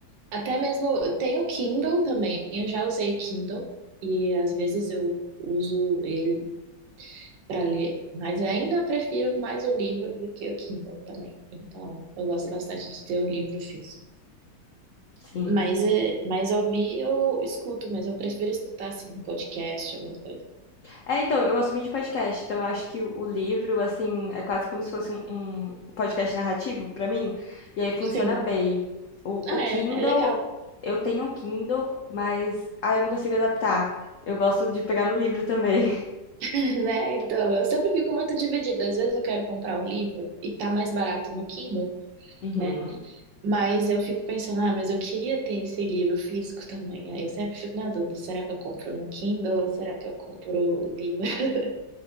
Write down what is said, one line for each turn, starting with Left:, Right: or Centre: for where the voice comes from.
Right: Até mesmo, eu tenho Kindle também, eu já usei o Kindle e às vezes eu uso ele para ler, mas eu ainda prefiro mais o livro do que o Kindle também. Então, eu gosto bastante de ter o livro físico.
Left: Sim,
Right: Mas,
Left: sim.
Right: é, mas ouvir eu escuto, mas eu prefiro escutar assim, um podcast, alguma coisa.
Left: É, então, eu gosto muito de podcast, então eu acho que o o livro, assim, é quase como se fosse um, um um podcast narrativo pra mim, e aí funciona
Right: Sim,
Left: bem. O,
Right: ah,
Left: o Kindle,
Right: é, é legal,
Left: eu tenho um Kindle, mas, ah, eu não consigo adaptar. Eu gosto de pegar no livro também. <laughs>
Right: <laughs> né? Então, eu sempre fico muito dividida. Às vezes eu quero comprar um livro e tá mais barato no Kindle
Left: Uhum.
Right: né? Mas eu fico pensando, ah, mas eu queria ter esse livro físico também. Aí eu sempre fico na dúvida, será que eu compro no Kindle ou será que eu compro o livro? <laughs>